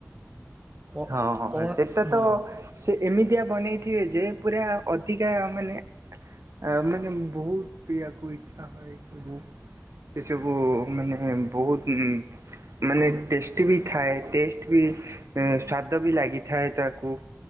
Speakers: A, on the right; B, on the right.
A: <inaudible>
B: ହଁ ହଁ
A: କଣ
B: ସେଟା ତ
A: ହଁ
B: ସେ ଏମିତିଆ ବନେଇଥିଏ ଯେ ପୁରା ଅଧିକା ମାନେ ଆମେ ମାନେ ବହୁତ ପିଇବାକୁ ଇଚ୍ଛା ହୁଏ ସବୁ। ସେସବୁ ମାନେ ବହୁତ ମାନେ ଟେଷ୍ଟୀ ବି ଥାଏ ଟେଷ୍ଟ ବି ସ୍ବାଦ ବି ଲାଗିଥାଏ ତାକୁ